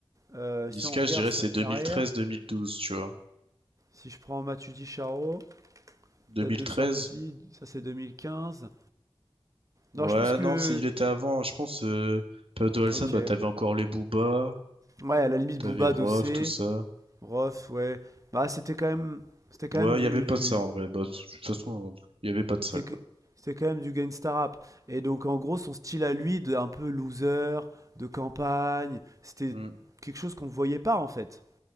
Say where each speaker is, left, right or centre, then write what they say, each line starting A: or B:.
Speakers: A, on the right; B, on the right.
A: euh,
B: Niska,
A: si on regarde
B: je dirais
A: sa
B: c'est 2013-2012,
A: carrière,
B: tu vois.
A: si je prends Matudi Charo,
B: 2013?
A: date de sortie, ça c'est 2015.
B: Ouais,
A: Non, je pense que.
B: non, c'est il était avant, je pense, euh, période Orelsan,
A: Ok.
B: bah t'avais encore les Booba,
A: Ouais, à la limite,
B: t'avais
A: Booba,
B: Rof,
A: Dossé.
B: tout ça.
A: Rof, ouais. Bah, c'était quand même, c'était quand
B: Ouais,
A: même du,
B: il y avait pas
A: du-
B: de ça en vrai, bah de toute façon, il y avait pas de
A: c'était
B: ça, quoi.
A: que- c'était quand même du gangsta rap. Et donc, en gros, son style à lui, de un peu loser, de campagne, c'était
B: Hmm.
A: quelque chose qu'on voyait pas en fait.